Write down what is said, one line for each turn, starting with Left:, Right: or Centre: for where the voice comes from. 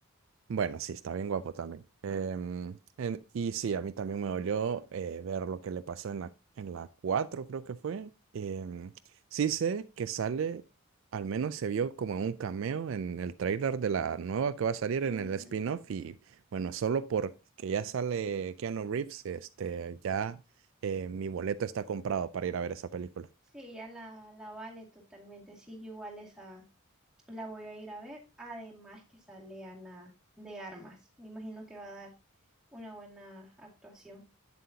Right: Bueno, sí, está bien guapo también. Em, en- y sí, a mí también me dolió eh, ver lo que le pasó en la, en la 4 creo que fue. Em, sí sé que sale, al menos se vio como un cameo en el trailer de la nueva que va a salir
Centre: Ujú.
Right: en el spin-off. Y bueno, solo porque ya sale Keanu Reeves, este, ya eh, mi boleto está comprado para ir a ver esa película.
Centre: Sí, ya la, la vale totalmente. Sí, yo igual esa la voy a ir a ver. Además que sale Ana de Armas. Me imagino que va a dar una buena actuación.